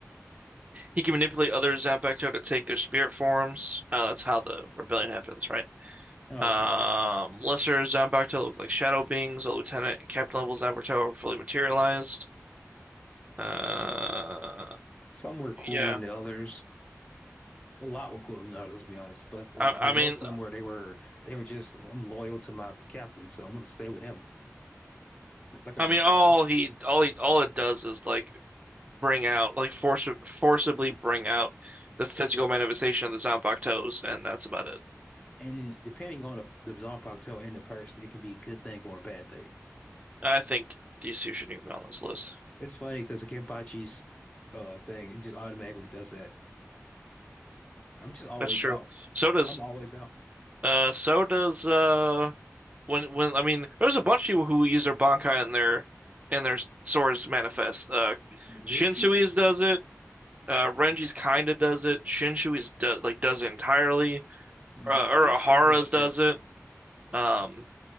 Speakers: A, on the right; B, on the left.
A: He can manipulate other Zanpakuto to take their spirit forms. Uh, that's how the rebellion happens, right?
B: Oh,
A: Um,
B: okay, okay.
A: lesser Zanbakuto look like shadow beings. A lieutenant and captain level Zanbakuto are fully materialized. Uh,
B: Some were cool
A: yeah.
B: than the others. A lot were cool than others, let's be honest. But but
A: I, I mean,
B: most of them were they were they were just I'm loyal to my captain, so I'm gonna stay with him. I'm not gonna
A: I mean,
B: rebel.
A: all he, all he, all it does is like bring out, like force, forcibly bring out the physical manifestation of the Zanbakutos, and that's about it.
B: And depending on the, the Zanpakuto and the person, it can be a good thing or a bad thing.
A: I think these two shouldn't even be on this list.
B: It's funny because the Kenpachi's uh thing, it just automatically does that. I'm just always
A: That's true.
B: out.
A: So does,
B: I'm always out.
A: uh, so does, uh, when when I mean, there's a bunch of people who use their Bankai and their and their swords manifest. Uh, Shinsui's
B: Renji?
A: does it. Uh, Renji's kinda does it. Shinsui's does like does it entirely.
B: Mhm.
A: Uh, Urahara's
B: Oh, he sure does.
A: does
B: Yeah.
A: it.
B: <clears throat>
A: Um,